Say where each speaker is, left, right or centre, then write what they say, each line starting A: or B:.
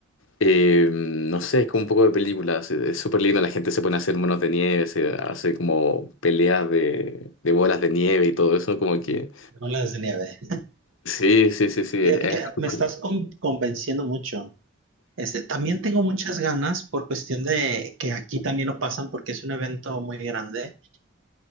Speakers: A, on the left; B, on the right.
A: Eh, no sé, es como un poco de películas. eh, Es súper lindo, la gente se pone a hacer monos de nieve, se hace como peleas de, de bolas de nieve y todo eso, como que...
B: bolas de nieve.
A: Sí, sí, sí, sí,
B: Fíjate
A: es, es
B: que
A: algo súper
B: me estás
A: lindo.
B: con- convenciendo mucho. Este, también tengo muchas ganas por cuestión de que aquí también lo pasan porque es un evento muy grande,